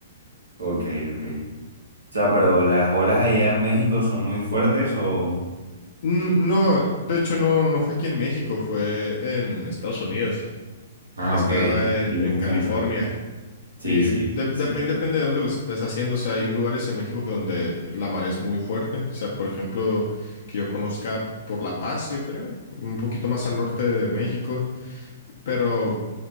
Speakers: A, on the right (about 80°); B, on the left (about 55°).
A: Ok, ok. O sea, pero las olas allá en México son muy fuertes o...
B: N- No, de hecho, no, no fue aquí en México, fue en Estados Unidos.
A: Ah,
B: Estaba
A: ok, allá sí,
B: en
A: bastante,
B: en California.
A: la verdad. Sí,
B: Eh,
A: sí,
B: de-
A: sí,
B: depende,
A: sí, sí.
B: depende de dónde lo estés haciendo. O sea, hay lugares en México que donde la mar es muy fuerte. O sea, por ejemplo, que yo conozca por La Paz, yo creo, un poquito más al norte de México. Pero